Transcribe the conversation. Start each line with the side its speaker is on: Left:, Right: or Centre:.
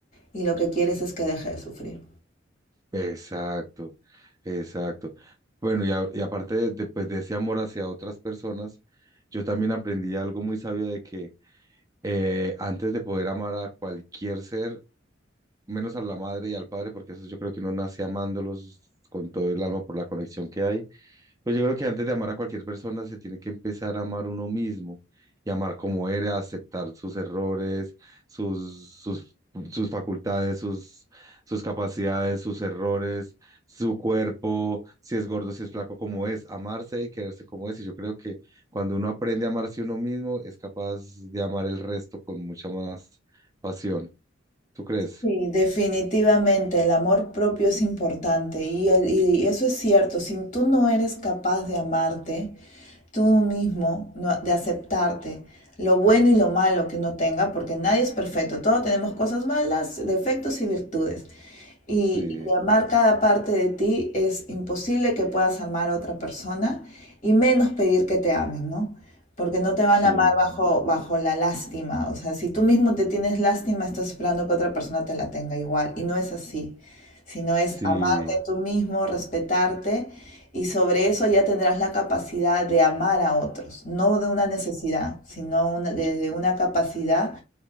Left: Y lo que quieres es que deje de sufrir.
Right: Exacto, exacto. Bueno, y, a- y aparte de, de, pues, de ese amor hacia otras personas, yo también aprendí algo muy sabio de que eh, antes de poder amar a cualquier ser, menos a la madre y al padre, porque eso yo creo que uno nace amándolos con todo el alma por la conexión que hay. Pero yo creo que antes de amar a cualquier persona se tiene que empezar a amar uno mismo y amar como eres, aceptar sus errores, sus, sus, sus facultades, sus, sus capacidades, sus errores, su cuerpo, si es gordo, si es flaco, como es, amarse y quererse como es. Y yo creo que cuando uno aprende a amarse uno mismo, es capaz de amar el resto con mucha más pasión. ¿Tú crees?
Left: Sí, definitivamente el amor propio es importante y, el- y eso es cierto, si tú no eres capaz de amarte tú mismo, no- de aceptarte lo bueno y lo malo que no tenga, porque nadie es perfecto, todos tenemos cosas malas, defectos y virtudes. Y,
Right: Sí.
Left: y amar cada parte de ti es imposible que puedas amar a otra persona y menos pedir que te amen, ¿no? Porque no te van
Right: Sí,
Left: a amar bajo, bajo la lástima. O sea, si tú mismo te tienes lástima, estás esperando que otra persona te la tenga igual. Y no es así, sino es
Right: sí,
Left: amarte tú mismo, respetarte y sobre eso ya tendrás la capacidad de amar a otros. No de una necesidad, sino una- desde una capacidad